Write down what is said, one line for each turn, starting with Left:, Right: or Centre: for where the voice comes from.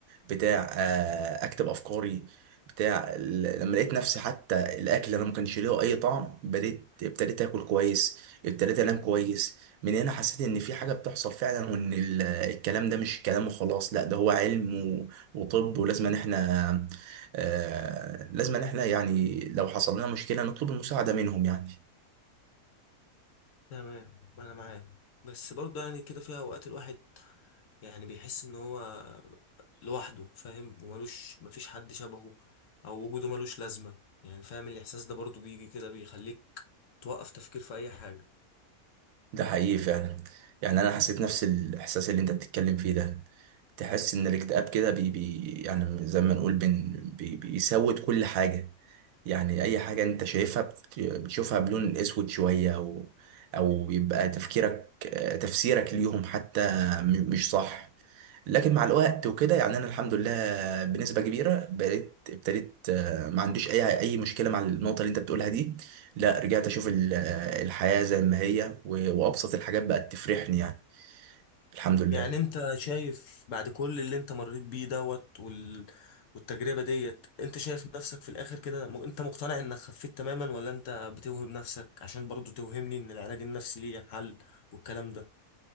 Right: بتاع أه اكتب افكاري بتاع ل- لما لقيت نفسي حتى الاكل اللي انا ما كانش ليه اي طعم بديت ابتديت اكل كويس ابتديت انام كويس من هنا حسيت ان في حاجه بتحصل فعلا وان ال- الكلام ده مش كلام وخلاص لا ده هو علم وطب ولازم ان احنا آه لازم ان احنا يعني لو حصل لنا مشكلة نطلب المساعدة منهم يعني
Left: تمام انا معاك بس برضه يعني كده فيها اوقات الواحد يعني بيحس ان هو لوحده فاهم وملوش مفيش حد شبهه او وجوده ملوش لازمه يعني فاهم الاحساس ده برضو بيجي كده بيخليك توقف تفكير في اي حاجه
Right: ده حقيقي فعلا يعني انا حسيت نفس الاحساس اللي انت بتتكلم فيه ده تحس ان الاكتئاب كده بي بي يعني زي ما نقول بن بي بيسود كل حاجة يعني اي حاجة انت شايفها بت- بتشوفها بلون اسود شوية او او بيبقى تفكيرك آه، تفسيرك ليهم حتى م- مش صح لكن مع الوقت وكده يعني انا الحمد لله بنسبة كبيرة بقيت ابتديت آه، ما عنديش اي اي مشكلة مع النقطة اللي انت بتقولها دي لا رجعت اشوف ال- آه، الحياة زي ما هي و- وابسط الحاجات بقت تفرحني يعني الحمد لله
Left: يعني انت شايف بعد كل اللي انت مريت بيه دوت وال... والتجربه ديت انت شايف نفسك في الاخر كده م... انت مقتنع انك خفيت تماما ولا انت بتوهم نفسك عشان برضو توهمني ان العلاج النفسي ليه حل والكلام ده